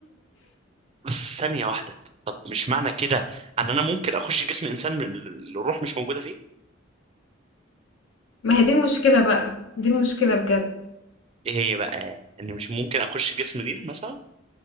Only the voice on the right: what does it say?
بس ثانية واحدة طب مش معنى كده ان انا ممكن اخش جسم انسان من ال- الروح مش موجودة فيه
ايه هي بقى ان مش ممكن اخش جسم دي مثلا